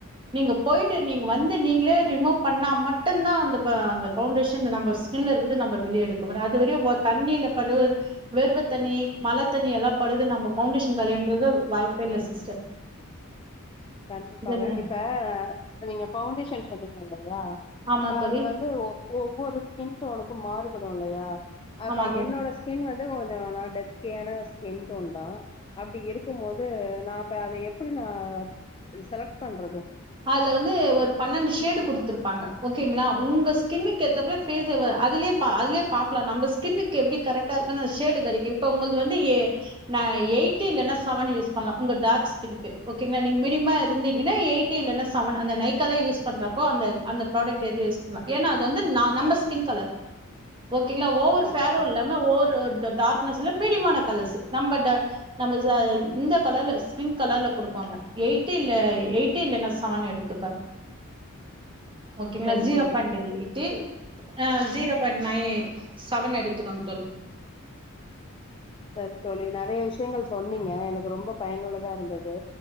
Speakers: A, on the right; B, on the left.
A: நீங்க போயிட்டு நீங்க வந்து நீங்களே ரிமூவ் பண்ணா மட்டும்தா அந்த அந்த பவுண்டேஷன் நம்ம இல்ல இருக்குறது நம்ம வெளிய எடுக்குறோ அதுவரையு ஓ தண்ணியில பட்ர வேர்வ தண்ணி மழ தண்ணி எல்லா படுது நம்ம பவுண்டேஷன் களையண்றது வாய்ப்பே இல்ல சிஸ்டர்
B: கண்டிப்பாக
A: இது என்ன
B: இப்ப நீங்க பஃவுண்டேஷன் சொன்னீங்க இல்லையா
A: ஆமா
B: இப்ப
A: தோழி
B: அதுல வந்து ஓ ஒவ்வொரு ஸ்கின் டோனுக்கும் மாறுபடும் இல்லையா அப்ப
A: ஆமா தோழி
B: என்னோட ஸ்கின் வந்து கொஞ்சோ டஸ்கியான ஸ்கின் டோன் தான் அப்டி இருக்கு போத் வந்து நான் இப்ப அத எப்டி நா செலக்ட் பண்றது
A: அதுல வந்து ஒரு பன்னெண்டு ஷேடு குடுத்துருப்பாங்க ஓகேங்களா உங்க ஸ்கின்னுக்கு ஏத்தப்ப
B: ம்
A: பேஸ் ஒவர் அதுலே பா அதுலயே பாக்கலா நம் ஸ்கின்னுக்கு எப்டி கரெக்டா இருக்குன்னனு அந்த ஷேடு கிடைக்கும் இப்ப உங்கள்து வந்து எ நா எயிட் இல்ன்னா செவன் யூஸ் பண்ணலா உங்க டார்க் ஸ்க்கின்க்கு ஓகேங்களா நீங்க மிடியமா இருந்தீங்கன்னா
B: ம்
A: எயிட் யிட் இல்லன்னா செவன் அந்த நைக்கால யூஸ் பண்றப்போ அந்த அந்த ப்ராடக்ட்ஸ்லா ஏது அது யுஸ் பண்ணலா ஏன்னா அது நம்ம பிங்க் கலர் ஓகேங்களா ஒவ்வொரு
B: கண்டிப்பா
A: செரோ இல்லாம ஒவ்வொரு டார்க் சில மீடியமான கலர்ஸ் நம்ம ட நம்ம இந்த கலர்ல ஸ்கின் கலர்ல குடுப்பாங்க எய்ட்டு இல்ல எய்ட் எய்ட்டு இல்லனா செவன் எடுத்துப்ப ஓகேங்களா
B: சரி
A: ஜீரோ
B: தோழி
A: பாயிண்ட் எய்ட்டு ஆ ஜீரோ பாயிண்ட் நைன் செவன் எடுத்துக்கோங்க தோழி
B: சரி தோழி நெறைய விஷயங்கள் சொன்னீங்க எனக்கு ரொம்ப பயனுள்ளதா இருந்தது